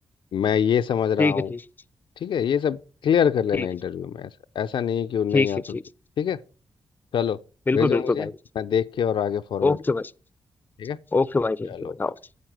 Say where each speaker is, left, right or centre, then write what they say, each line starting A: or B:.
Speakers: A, on the left; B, on the left.
A: मैं ये समझ रहा
B: ठीक
A: हूँ
B: है ठीक है
A: ठीक है ये सब क्लियर कर लेना
B: ठीक
A: इंटरव्यू में ऐसा ऐसा नहीं है कि वो नहीं
B: ठीक
A: आता
B: है ठीक
A: तो ठीक है चलो
B: बिल्कुल
A: भेजो
B: बिल्कुल
A: मुझे
B: भाई
A: मैं देख के और आगे फॉरवर्ड
B: ओके भाई
A: ठीक है
B: ओके भाई थैंक
A: चलो
B: यू बताओ